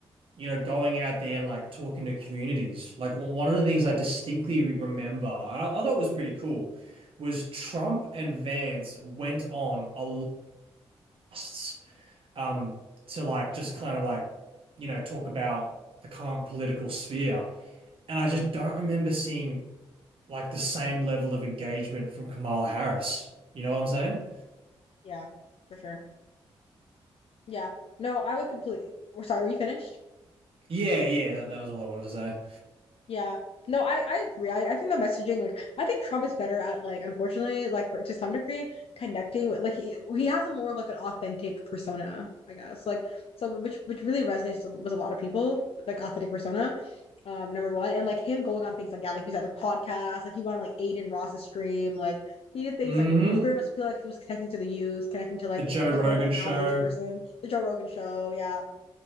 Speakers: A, on the right (about 55°); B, on the left (about 60°).
A: You know, going out there and like talking to communities. Like one one of the things I distinctly remember, and I, I thought it was pretty cool, was Trump and Vance went on a lasts um, to like just kind of like, you know, talk about the current political sphere. And I just don't remember seeing like the same level of engagement from Kamala Harris. You know what I'm saying?
B: yeah, for sure. Yeah. No, I would completely. We're sorry, were you finished?
A: Yeah, yeah, that, that was all I wanted to say.
B: Yeah. No, I, I agree. I, I think the messaging, like, I think Trump is better at, like, unfortunately, like, for, to some degree, connecting with, like, he he has a more of, like, an authentic persona, I guess. Like, so, which which really resonates with a lot of people, like, authentic persona, um, number one. And, like, him going on things like, yeah, like you said, the podcast like, he went on, like, Aiden Ross's stream, like, he did things,
A: hmm
B: like, which very much feel like he was connecting to the youth, connecting to, like,
A: The Joe
B: the
A: Rogan
B: quote unquote
A: show.
B: average person, the Joe Rogan show, yeah.